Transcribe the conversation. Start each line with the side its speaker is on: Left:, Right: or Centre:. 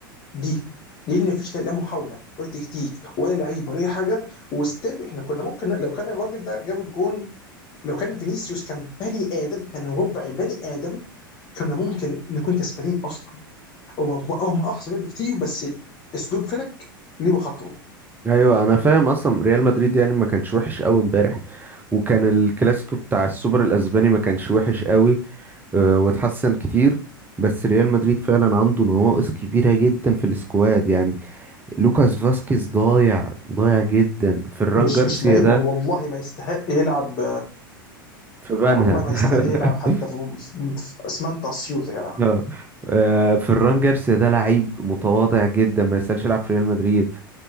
Left: دي لان مفيش لا لا محاوله ولا تكتيك ولا لعيب ولا اي حاجه وستيل احنا كنا ممكن لو كان الراجل ده جاب الجون لو كان فينيسيوس كان بني ادم كان ربع بني ادم كنا ممكن نكون كسبانين اصلا هو هم احسن لعيبه بكتير بس اسلوب فلك ليه بخطوه
Right: أيوة أنا فاهم أصلا ريال مدريد يعني ما كانش وحش أوي امبارح وكان الكلاسيكو بتاع السوبر الأسباني ما كانش وحش أوي آه، واتحسن كتير بس ريال مدريد فعلا عنده نواقص كبيرة جدا في السكواد يعني لوكاس فاسكيز ضايع ضايع جدا فران
Left: مش
Right: جارسيا
Left: مش لعيب
Right: ده
Left: والله والله ما يستحق يلعب
Right: في بنها
Left: والله ما يستحق يلعب حتى
Right: <laughs>
Left: في في اسمنت اسيوط يا جدع
Right: آه. آه، فران جارسيا ده لعيب متواضع جدا ما يسألش يلعب في ريال مدريد